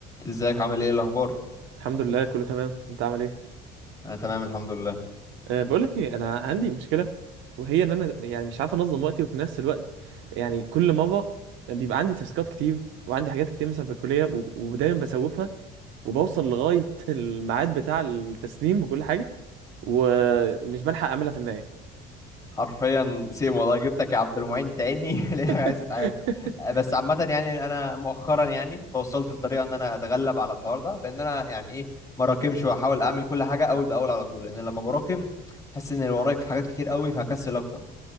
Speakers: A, on the left; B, on the right.
A: ازيك عامل ايه إيه الاخبار
B: الحمد لله كله تمام انت عامل ايه
A: انا تمام الحمد لله
B: أه بقول لك ايه انا عندي مشكله وهي ان انا يعني مش عارف انظم وقتي وفي نفس الوقت يعني كل مره بيبقى عندي تاسكات كتير وعندي حاجات كتير مثلا في الكليه و- ودايما بسوفها وبوصل لغايه <laughs> الميعاد بتاع التسليم وكل حاجه ومش بلحق اعملها في النهايه
A: حرفيا سيم والله جبتك يا عبد المعين تاني <laughs> ليه عايز
B: <laughs>
A: اتعاد بس عامه يعني انا مؤخرا يعني توصلت لطريقه ان انا اتغلب على الحوار ده بان انا يعني ايه ما راكمش واحاول اعمل كل حاجه اول باول على طول لان لما براكم احس ان اللي ورايا حاجات كتير قوي فهكسل اكتر